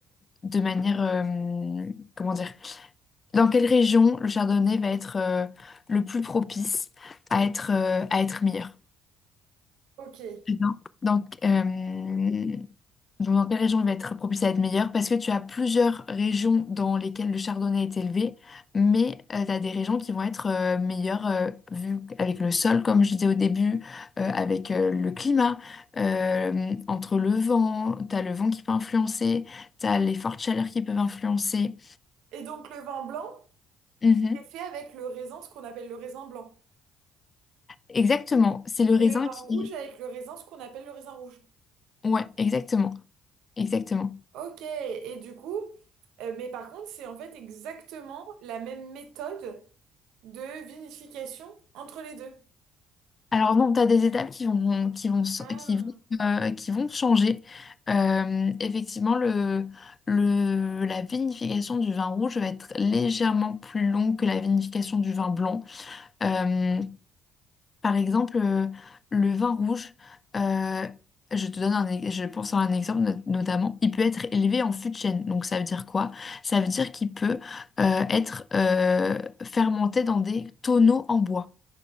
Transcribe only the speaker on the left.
de manière, euh, comment dire, dans quelle région le chardonnay va être euh, le plus propice à être, euh, à être meilleur.
Très bien. Donc, euh, donc, dans quelle région il va être propice à être meilleur? Parce que tu as plusieurs régions dans lesquelles le chardonnay est élevé, mais tu as des régions qui vont être euh, meilleures euh, vu avec le sol, comme je disais au début, euh, avec euh, le climat, euh, entre le vent, tu as le vent qui peut influencer, tu as les fortes chaleurs qui peuvent influencer.
Mhm.
Exactement, c'est le raisin
qui...
Ouais, exactement, exactement.
Alors non, tu as des étapes qui vont, qui vont, s-
qui vont, euh, qui vont changer. Euh, effectivement, le, le, la vinification du vin rouge va être légèrement plus longue que la vinification du vin blanc. Euh, par exemple, euh, le vin rouge, euh, je te donne un, e- je pense à un exemple not- notamment, il peut être élevé en fût de chêne. Donc ça veut dire quoi? Ça veut dire qu'il peut euh, être euh, fermenté dans des tonneaux en bois